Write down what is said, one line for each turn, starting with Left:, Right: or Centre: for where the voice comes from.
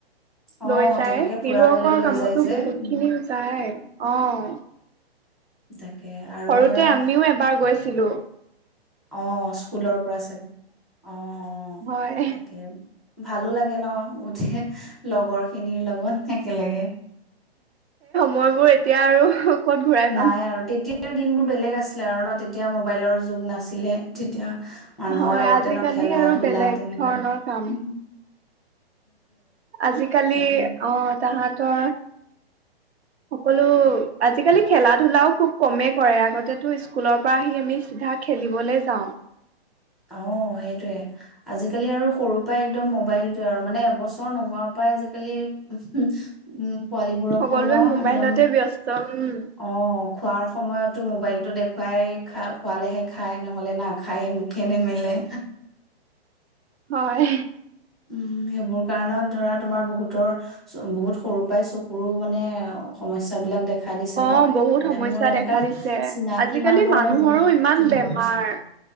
Centre: অ
Right: লৈ যায়।
Centre: তেনেকে
Right: ফিল্ডৱৰ্কৰ
Centre: ফুৰাবলে লৈ
Right: কামতো
Centre: যায় যে
Right: বহুত
Centre: উম
Right: খিনিও যায়। অ',
Centre: <inaudible>
Right: সৰুতে
Centre: ধৰা
Right: আমিও এবাৰ গৈছিলো।
Centre: অহ', স্কুলৰ পৰা চাগে অ, অ,
Right: হয়।
Centre: তাকে ভালো লাগে ন বুধে লগৰ খিনিৰ লগত একেলগে।
Right: মইবোৰ এতিয়া আৰু। ক'ত ঘূৰাই
Centre: নাই
Right: পাম
Centre: আৰু, তেতিয়া তেতিয়াৰ দিন বোৰ বেলেগ আছিলে আৰু ন? তেতিয়া মোবাইলৰ যুগ নাছিলে, তেতিয়া মানুহৰ
Right: হয়
Centre: লগতে
Right: আজিকালি
Centre: ন খেলা
Right: আৰু
Centre: ধূলা
Right: বেলেগ
Centre: তেনেকা।
Right: ধৰণৰ কাম
Centre: উ
Right: আজিকালি
Centre: তাতে
Right: অ', তাহাত তে সকলো আজিকালি খেলা ধলাও খুব কমেই কৰে, আগতেতো স্কুলৰ পৰা আহি আমি চিধা খেলিবলৈ যাওঁ।
Centre: অ সেইটোয়ে আজিকালি আৰু সৰুৰ পৰাই একদম', সেইটোৱে, আজিকালি আৰু সৰুৰ পৰা একদম মোবাইলটোৱে আৰু মানে এবছৰ নোহোৱাৰ পৰাই আজিকালি <unintelligible> উম পোৱালীবোৰকো
Right: সকলোৱে
Centre: ন
Right: মোবাইলতে
Centre: একদম
Right: ব্যস্ত। উম
Centre: অ', খোৱাৰ সময়তো মোবাইলতো দে খুৱাই খা খোৱালেহে খায় নহ'লে নাখাইয়ে মুখে নেমেলে
Right: হয়।
Centre: উম', সেইবোৰ কাৰণত ধৰা তোমাৰ বহুতৰ বহুত সৰু পৰাই চকুৰো মানে সমস্যাবিলাক দেখা দিছে
Right: অ',
Centre: ন।
Right: বহুত
Centre: মানে
Right: সমস্যা
Centre: মোৰ এনেকা
Right: দেখা দিছে,
Centre: চিনাকি
Right: আজিকালি
Centre: মানুহৰে
Right: মানুহৰো
Centre: বহুত
Right: ইমান
Centre: তেনেকুৱা
Right: বেমাৰ
Centre: হৈছে